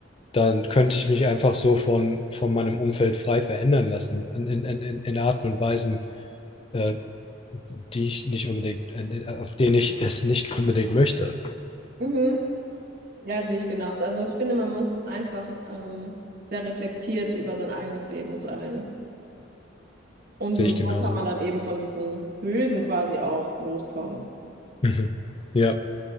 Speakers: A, on the left; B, on the right.
A: dann könnte ich mich einfach so von, von meinem Umfeld frei verändern lassen, in, in, in, in Arten und Weisen, äh, die ich nicht unbedingt, äh, äh, auf denen ich es nicht unbedingt möchte.
B: Mhm. Ja, sehe ich genau. Also ich finde, man muss einfach ähm, sehr reflektiert über sein eigenes Leben sein. Und
A: Sehe
B: nur
A: ich
B: so
A: genauso.
B: kann man dann
A: <laughs>
B: eben von diesem Bösen quasi auch loskommen.
A: Mhm. Ja.